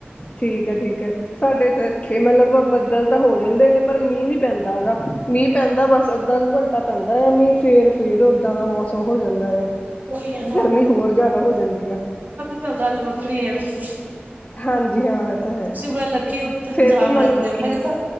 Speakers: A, on the left (about 30°); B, on the right (about 45°).
A: ਠੀਕ ਐ-ਠੀਕ ਐ। ਸਾਡੇ ਤਾਂ ਇੱਥੇ ਮਤਲਬ ਬੱਦਲ ਤਾਂ ਹੋ ਜਾਂਦੇ ਨੇ ਪਰ ਮੀਂਹ ਨੀ ਪੈਂਦਾ ਹੈਗਾ ਮੀਂਹ ਪੈਂਦਾ ਬਸ ਅੱਧਾ ਕੁ ਘੰਟ ਟਾ ਪੈਂਦਾ ਆ ਮੀਂ, ਫਿਰ, ਫੇਰ ਓਦਾਂ ਦਾ ਮੌਸਮ ਹੋ ਜਾਂਦਾ ਆ
B: ਉਹੀ ਹੈ
A: ਗਰਮੀ ਹੋਰ ਜਿਆਦਾ ਹੋ ਜਾਂਦੀ ਆ
B: ਏ ਤਾਂ ਗੱਲ ਵੱਖਰੀ ਐ ਵੈਸੇ
A: ਹਾਂਜੀ ਹਾਂ ਇਹ ਤਾਂ ਹੈ
B: ਤੁਸੀਂ ਬੜਾ ਲੱਕੀ ਓ ਕਿ ਪੰਜਾਬ
A: ਫੇਰ ਮਤਲਬ
B: ਰਹਿੰਦੇ ਓ, ਮੇਰੇ ਤਾਂ